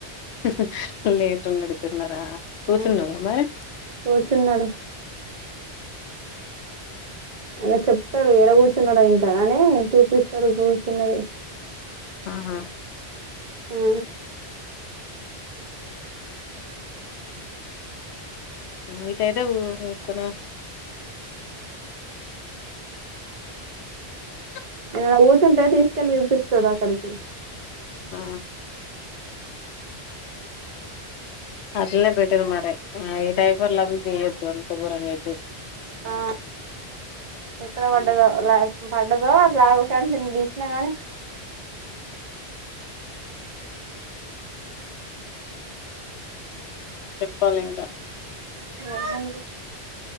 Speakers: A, on the left; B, on the right.
A: హిహి లెట్రిన్ కడుగుతున్నారా కూర్చున్నారా
B: ఆ
A: మరే
B: కూర్చున్నాడు అని చెప్తాడు ఎడ కూర్చున్నాడు ఇంకా అనే చూపిస్తాడు కూర్చున్నది
A: ఆహా
B: ఆ
A: ఇయితే ఏదోక్కన్నా అక
B: ఏ కూర్చుంటే తీసుకెళ్ళి చూపిస్తంది అక్కడికి
A: ఆ అట్లే పెట్టరు మర ఇదైపు ఎలా పయ్యదు ఎంత గురంగాదు
B: ఆ ఎక్కడ పడ్డదో పడ్డదో అలావకంట తీసినా కానీ
A: చెప్పాలి ఇంకా
B: ఆండి